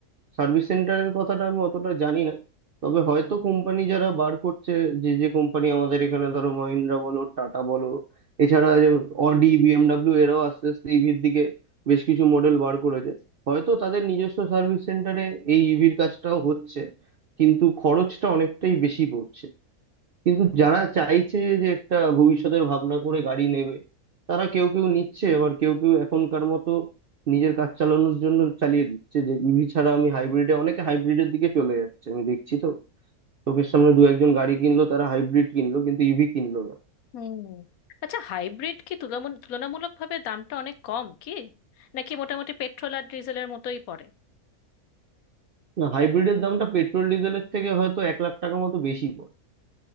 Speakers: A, on the right; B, on the left.
A: সার্ভিস সেন্টারের কথাটা আমি অতটা জানি না তবে হয়তো কোম্পানি যারা বার করছে যে যে কোম্পানি আমাদের এখানে ধরো মহিন্দ্রা বলো টাটা বলো এছাড়া যে অডি বিএমডব্লিউ এরাও আস্তে আস্তে ইভির দিকে বেশ কিছু মডেল বার করেছে হয়তো তাদের নিজস্ব সার্ভিস সেন্টারে এই ইভির কাজটাও হচ্ছে কিন্তু খরচটা অনেকটাই বেশি পড়ছে কিন্তু যারা চাইছে যে একটা ভবিষ্যতের ভাবনা করে গাড়ি নেবে তারা কেউ কেউ নিচ্ছে আবার কেউ কেউ এখনকার মতো নিজের কাজ চালানোর জন্য চালিয়ে দিচ্ছে যে ইভি ছাড়া আমি হাইব্রিডে অনেকে হাইব্রিডের দিকে চলে যাচ্ছে আমি দেখছি তো চোখের সামনে দু একজন গাড়ি কিনলো তারা হাইব্রিড কিনলো কিন্তু ইভি কিনলো না
B: হুম আচ্ছা হাইব্রিড কি তুলমূল- তুলনামূলকভাবে দামটা অনেক কম কি নাকি মোটামুটি পেট্রোল আর ডিজেলের মতোই পড়ে
A: না হাইব্রিডের দামটা পেট্রোল ডিজেলের থেকে হয়তো এক লাখ টাকা মতো বেশি পড়ে